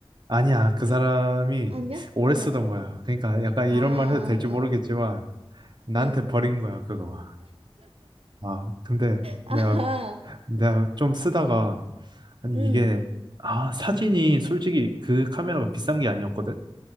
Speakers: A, on the right; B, on the right.
A: 아니야, 그 사람이
B: 아니야?
A: 오래
B: 어.
A: 쓰던 거야. 그러니까 약간
B: 아,
A: 이런
B: 아,
A: 말 해도 될지
B: 아.
A: 모르겠지만 나한테
B: 응.
A: 버린 거야, 그거. 아, 근데
B: 아하.
A: 내가 내가 좀 쓰다가 아니
B: 응.
A: 이게 아 사진이 솔직히 그 카메라가 비싼 게 아니었거든.